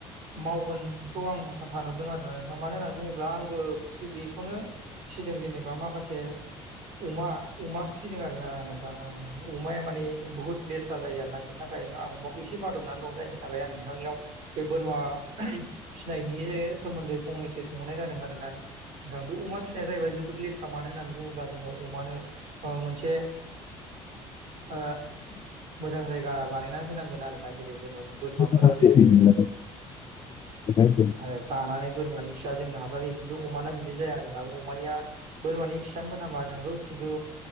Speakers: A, on the right (about 70°); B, on the left (about 40°).
A: मावगोनखौ आं सानहरदों आरो मानो होननानै बुङोब्ला आंबो बेखौनो। फिसिदों जेनेबा माखासे अमा अमा फिदों आरो नों। थां आङो अमाया माने बुहुत लेथ्रा जायो आरोना बिनि थाखायनो आं अमाखौ एसे बानादबनानै दं जायनि थाखाय आं। नोंथांनियाव बे बोरमा फिनायनि सोमोन्दै फंनैसो सोंहरनाय जादों आरोना। दा बे अमा फिसिनाया जाहैबाय जोबोद लेथ्रा मानो होननानै बुङोब्ला जोङो अमानो ओ मोनसे। ओ मोजां जायगा बानायना होनांगोन आरो ना जेरै जोङो बोरमाफोरा
B: होनो हागोन
A: जेरैनो जोङो।
B: नामा?
A: आरो जानानै बोरमानि खिया जोंनो हासार होयो खिन्थु अमाना बिदि जाया आरोना अमानिया बोरमानि खिया मोनामा नंगौ खिन्थु